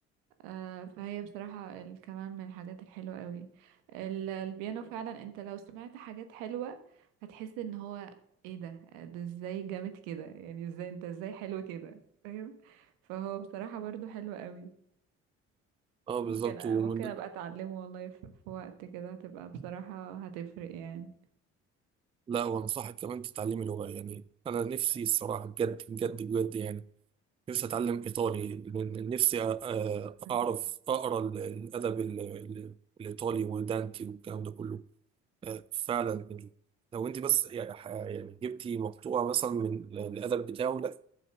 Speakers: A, on the right; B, on the right.
A: أه فهي بصراحة ال- كمان من الحاجات الحلوة قوي ال- البيانو فعلا انت لو سمعت حاجات حلوة هتحس ان هو ايه ده ده ازاي جامد كده يعني ازاي انت ازاي حلو كده فاهم فهو بصراحة برضو حلو قوي
B: اه بالظبط
A: ممكن
B: ومن
A: ممكن ابقى اتعلمه والله في في وقت كده هتبقى بصراحة هتفرق يعني
B: لا وانصحك كمان تتعلمي لغه يعني انا نفسي الصراحه بجد بجد بجد يعني نفسي اتعلم ايطالي لأن نفسي آه، آه،
A: بالظبط.
B: اعرف اقرا ال- الادب ال- ال- الايطالي ودانتي والكلام ده كله آه، فعلا يعني لو انت بس يعني ح- يعني جبتي مقطوعه مثلا من الادب بتاعه لا